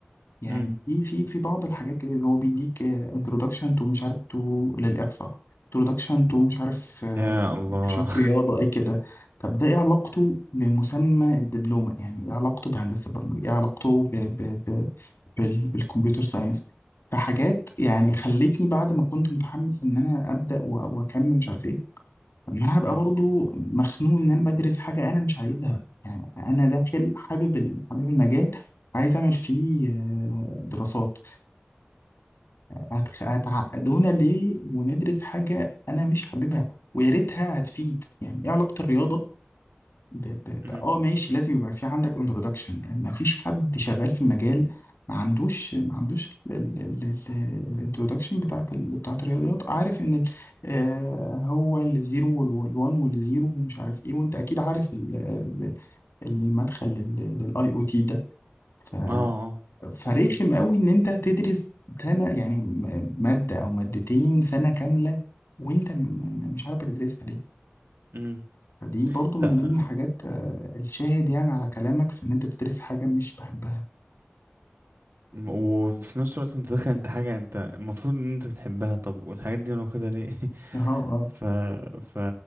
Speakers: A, on the left; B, on the right.
A: يعني
B: امم
A: في في في بعض الحاجات اللي هو بيديك انترودكشن تو مش عارف تو للإحصاء introduction to مش عارف
B: يا الله
A: شاف رياضة ايه كده طب ده ايه علاقته بمسمى الدبلومة يعني ايه علاقته بهندسة البرمجة ايه علاقته ب... ب... ب... بال... بالكمبيوتر ساينس فحاجات يعني خلتني بعد ما كنت متحمس ان انا ابدا و... واكمل مش عارف ايه طب ما انا هبقى
B: امم
A: برضه مخنوق ان انا بدرس حاجة انا مش عايزها يعني انا داخل حابب ال... حابب المجال وعايز اعمل فيه آه، دراسات هت- هتعقدونا ليه وندرس حاجة أنا مش حاببها ويا ريتها هتفيد يعني إيه علاقة الرياضة ب... ب...
B: امم
A: ب... آه ماشي لازم يبقى في عندك انترودكشن مفيش حد شغال في المجال ما عندوش ما عندوش الانترودكشن بتاعت ال... بتاعت الرياضيات عارف إن ال- آه هو الزيرو والوان والزيرو ومش عارف إيه وأنت أكيد عارف ال... ال- المدخل للآي أو تي ده ف
B: اه اه
A: فرخم
B: امم
A: قوي ان انت تدرس سنه يعني م- ماده او مادتين سنه كامله وانت م- م- مش عارف بتدرسها ليه
B: امم
A: فدي برضو
B: لا
A: من ضمن الحاجات آه، الشاهد يعني على كلامك في ان انت بتدرس حاجه مش بحبها
B: م- وفي نفس الوقت انت داخل انت حاجه انت المفروض ان انت بتحبها طب والحاجات دي انا واخدها ليه <laughs>
A: اه اه
B: ف ف